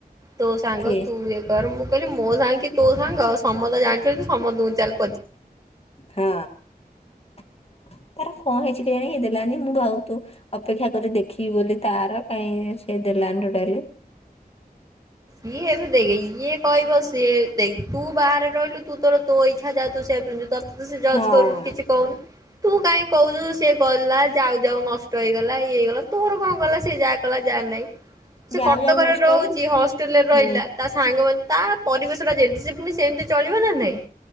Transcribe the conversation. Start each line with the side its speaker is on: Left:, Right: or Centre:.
Right: ତୋ ସାଙ୍ଗ
Left: କିଏ
Right: ତୁ ଏ କର ମୁଁ। କହିଲି ମୋ ସାଙ୍ଗ କି ତୋ ସାଙ୍ଗ ସମସ୍ତେ ଜାଣିଛନ୍ତି ସମସ୍ତଙ୍କୁ ଚାଲଲି
Left: ହଁ। ତାର କଣ ହେଇଛି କେଜାଣି କାଇଁ ଦେଲାନି ମୁଁ ଭାବ ତୁ ଅପେକ୍ଷା କରି ଦେଖିବି ବୋଲି ତାର କାଇହିଁ ସେ ଦେଲାନି ତୋଟାଲୀ।
Right: ଇଏ ଏବେ ଦେଇ ଇଏ କହିବ ସା ସେ ଦେଖୁ ବାହାରେ ରହିଲୁ ତୁ ତୋର ତୋ ଇ ଇଚ୍ଛା ଯାହା ତୁ ସେଇଆ ପିନ୍ଧିବୁ। ତତେ ସେ ଜଜ୍
Left: ହଁ
Right: କରୁନି କିଛି କହୁନି। ତୁ କାହିଁ କହୁଛୁ ସି ଗଲା ଯାଉ ଯାଉ ନଷ୍ଟ ହେଇଗଲା ଇଏ ହେଇଗଲା ତୋର କଣ କଲା ସେ ଯାହା କଲା ଯାହା ନାହିଁ। ସେ
Left: ଯାଉ
Right: କଟକରେ
Left: ଯାଉ ନଷ୍ଟ
Right: ରହୁଛି
Left: ହେଇ
Right: ହସ୍ ରହିଲା
Left: ହୁଁ
Right: ତା ସା ସାଙ୍ଗମାନେ ତା ପରିବେଶ ଟା ଯେମିତି ସେ ପୁଣି ସେମିତି ଚଳିବ ନା ନାଇଁ